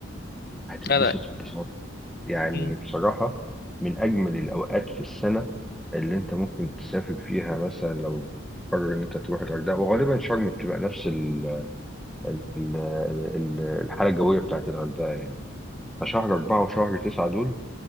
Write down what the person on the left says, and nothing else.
لا لا
مم.